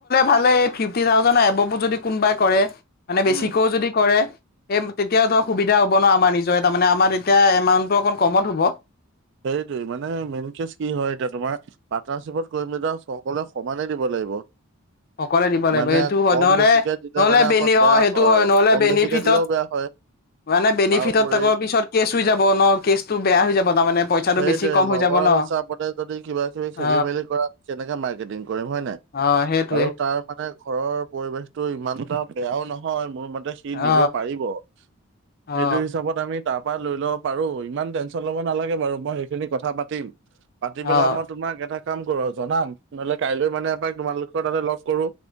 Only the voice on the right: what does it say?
উম।
সেৰিটোৱে মানে মেইন কেচ কি হয় এতিয়া তোমাৰ পাৰ্টনাৰশ্বিপত কৰি মেলা সকলোৱে সমানে দিব লাগিব
মানে
কম
বেছিকে দিলে
মানে অকণ
বেয়া
কম
বেছিকে দিলেও বেয়া হয়।
তাৰউপৰি
সেইটোয়ে
লগৰৰ
হিচাপতে যদি কিবা কিবি
খেলি মেলি কৰা কেনেকে মাৰ্কেটিং কৰিম হয় নাই
আৰু তাৰ মানে ঘৰৰ পৰিৱেশতটো ইমানটা বেয়াও নহয় মোৰ মতে কি
দিব পাৰিব সেইটো
হিচাপত আমি তাৰ পৰা লৈ ল'ব পাৰো ইমান টেনশ্যন ল'ব নালাগে বাৰু মই সেইখিনি কথা পাতিম পাতি
পেলাই মই তোমাক এটা কাম কৰো আৰু জনাম নহ'লে কাইলৈ মানে এবাক তোমালোকৰ তাতে লগ কৰো